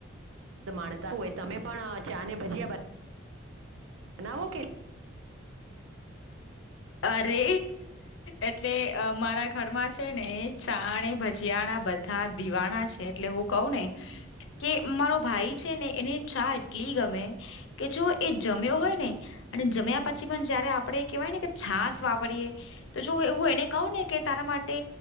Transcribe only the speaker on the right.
માણતા હોય તમે પણ ચા ને ભજીયા બનાવો કે.